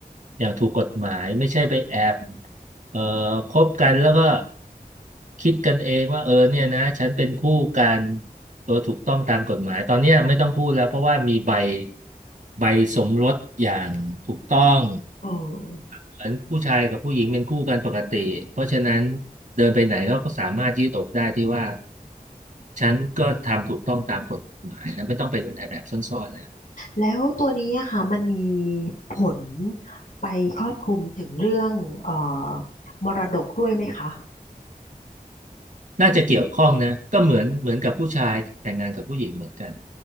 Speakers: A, on the right (about 60°); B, on the left (about 65°).
A: อย่างถูกกฎหมายไม่ใช่ไปแอบเอ่อคบกันแล้วก็คิดกันเองว่าเออเนี่ยนะฉันเป็นคู่กันโดยถูกต้องตามกฎหมายตอนเนี้ยไม่ต้องพูดแล้วเพราะว่ามีใบใบสมรสอย่างถูกต้อง
B: เออ
A: เหมือนผู้ชายกับผู้หญิงเป็นคู่กันปกติเพราะฉะนั้นเดินไปไหนเขาก็สามารถยืดอกได้ที่ว่าฉันก็ทำถูกต้องตามกฎหมายนะไม่ต้องไปหลบแอบแอบซ่อนๆนะ
B: แล้วตัวนี้อะค่ะมันมีผลไปครอบคลุมถึงเรื่องเอ่อมรดกด้วยไหมคะ
A: น่าจะเกี่ยวข้องนะก็เหมือนเหมือนกับผู้ชายแต่งงานกับผู้หญิงเหมือนกัน